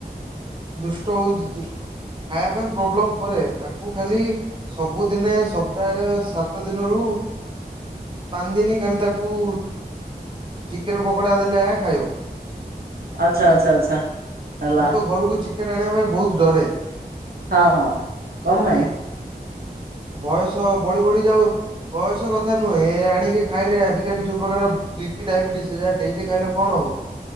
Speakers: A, on the right (about 30°); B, on the right (about 70°).
A: ଦୁଷ୍ଟ ହଉଛି ଖାଇବା ପାଇଁ ପ୍ରୋବ୍ଲେମ କରେ ତାକୁ ଖାଲି ସବ ସବୁ ଦିନେ ସପ୍ତାହରେ ସାତ ଦିନରୁ ପାଞ୍ଚ ଦିନି ଖାଲି ତାକୁ ଚିକେନ ପକୋଡା ଦେଲେ ଖାଇବ।
B: ଆଛା ଆଛା ଆଛା ହେଲା।
A: ମୁଁ ତ ଘରକୁ ଚିକେନ ଆଣିବା ପାଇଁ ବହୁତ ଡରେ।
B: ହଁ ହଁ କମ ପାଇଁ?
A: ଇଏ ବୟସ ବଢି ବଢି ଯାଉ ବୟସ ଥା ନୁହେଁ ଆଣିକି ଖାଇଲେ ଆଜିକାଲି ଯୋଉ ପ୍ରକାର ବିପି ଡାଇବେସ୍ ଯାହା ଡେଲି ଖାଇଲେ କଣ ହବ।